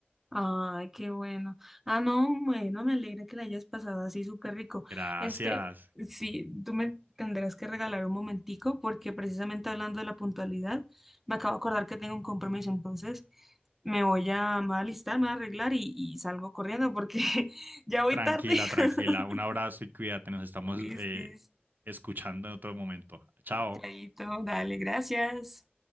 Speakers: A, in the centre; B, on the right (about 50°).
A: Ay, qué bueno. Ah, no, bueno, me alegra que la hayas pasado así súper rico.
B: Gracias.
A: Este, sí, tú me tendrás que regalar un momentico porque precisamente hablando de la puntualidad, me acabo de acordar que tengo un compromiso, entonces me voy a, me voy a alistar, me voy a arreglar y, y salgo corriendo porque <laughs> ya voy
B: Tranquila,
A: tarde.
B: tranquila.
A: <laughs>
B: Un abrazo y cuídate. Nos estamos
A: Listis,
B: eh, escuchando en otro momento. Chao.
A: chaito, dale, gracias.